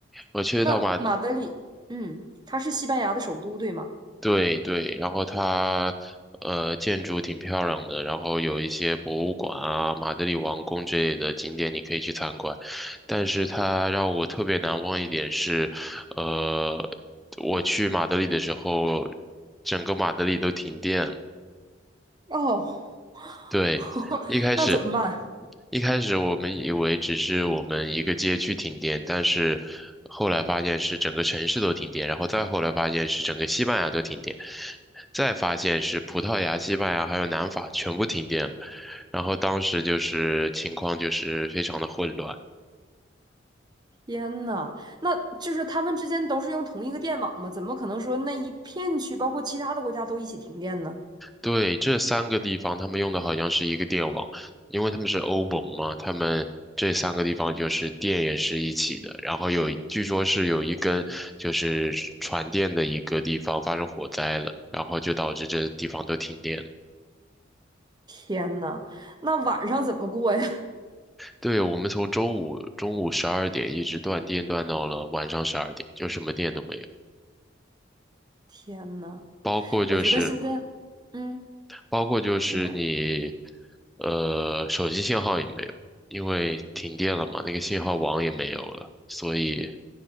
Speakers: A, in the centre; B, on the right.
A: 我去了一趟马德，
B: <laughs>，那马德里，嗯，它是西班牙的首都，对吗？
A: 对对，然后它，呃，建筑挺漂亮的，然后有一些博物馆啊，马德里王宫之类的景点你可以去参观，但是它让我特别难忘一点是，呃，我去马德里的时候，整个马德里都停电了。
B: 哦，
A: 对，
B: <laughs>
A: 一开始
B: 那怎么办？
A: 一开始我们以为只是我们一个街区停电，但是后来发现是整个城市都停电，然后再后来发现是整个西班牙都停电，再发现是葡萄牙、西班牙还有南法全部停电了，然后当时就是情况就是非常的混乱。
B: 天呐，那就是他们之间都是用同一个电网吗？怎么可能说那一片区，包括其他的国家都一起停电呢？
A: 对，这三个地方他们用的好像是一个电网，因为他们是欧盟嘛，他们这三个地方就是电也是一起的，然后有，据说是有一根就是传电的一个地方发生火灾了，然后就导致这地方都停电了。
B: 天呐，那晚上怎么过呀？
A: 对，我们从周五中午十二点一直断电断到了晚上十二点，就什么电都没有，
B: <laughs> 天呐，
A: 包括就是。
B: 我觉得现在，嗯，
A: 包括就是你，
B: 请讲。
A: 呃，手机信号也没有，因为停电了嘛，那个信号网也没有了，所以